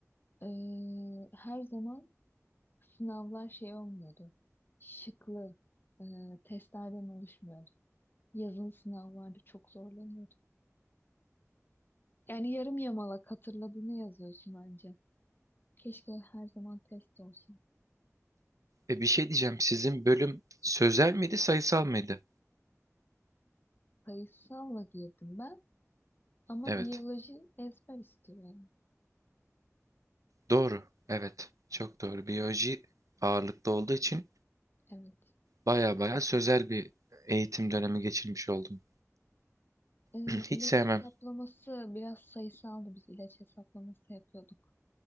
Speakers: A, on the left; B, on the right.
A: ee, her zaman Sınavlar şey olmuyordu. Şıklı e, testlerden oluşmuyordu. Yazılı sınavlarda çok zorlanıyordum. Yani yarım yamalak hatırladığını yazıyorsun anca. Keşke her zaman test olsun.
B: E bir şey diyeceğim. Sizin bölüm sözel miydi, sayısal mıydı?
A: Sayısalla girdim ben ama
B: Evet.
A: biyoloji ezber istiyor yani.
B: Doğru. Evet. Çok doğru. Biyoloji ağırlıklı olduğu için
A: Evet.
B: baya baya sözel bir eğitim dönemi geçirmiş oldum.
A: E,
B: <clears throat>
A: ilaç
B: Hiç sevmem.
A: hesaplaması biraz sayısaldı. Biz ilaç hesaplaması yapıyorduk.